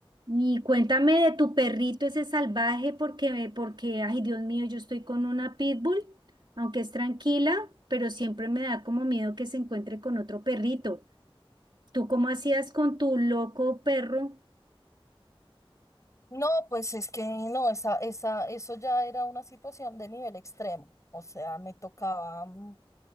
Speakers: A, on the right; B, on the left.
A: Y cuéntame de tu perrito ese salvaje, porque, porque, ay Dios mío, yo estoy con una pitbull, aunque es tranquila, pero siempre me da como miedo que se encuentre con otro perrito. ¿Tú cómo hacías con tu loco perro?
B: No, pues es que no, esa, esa, eso ya era una situación de nivel extremo. O sea, me tocaba mm,